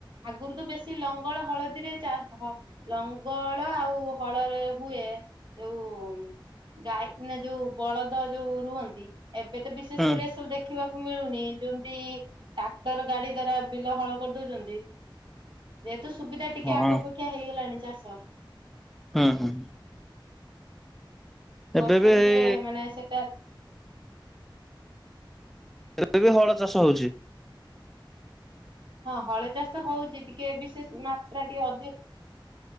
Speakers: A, on the right; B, in the centre.
A: ଆଗରୁ ତ ବେଶୀ ଲଙ୍ଗଳ ହଳଦୀରେ ଚାଷ ଲଙ୍ଗଳ ଆଉ ହଳରେ ହୁଏ ଯୋଉ ଗାଈ ନା ଯୋଉ ବଳଦ ଯୋଉ ରୁହନ୍ତି ଏବେ ତ ବିଶେଷ
B: ହୁଁ
A: କରି ଏ ସବୁ ଦେଖିବାକୁ ମିଳୁନି। ଯେମତି ଟ୍ରାକ୍ଟର ଗାଡି ଦ୍ଵାରା ବିଲ ହଳ କରିଦଉଛନ୍ତି। ଯେହେତୁ ସୁବିଧା ଟିକେ ଆଗ
B: ହଁ
A: ଅପେକ୍ଷା ହେଇଗଲାଣି ଚାଷ।
B: ହୁଁ ହୁଁ। ଏବେ
A: କଷ୍ଟ
B: ବି ଏଇ
A: ଟିକେ ମାନେ ସେଟା
B: ଏବେ ବି ହଳ ଚାଷ ହଉଛି।
A: ହଁ ହଳ ଚାଷ ହଉଛି ଟିକେ ବିଶେଷ ମାତ୍ରା ଟିକେ ଅଧିକ,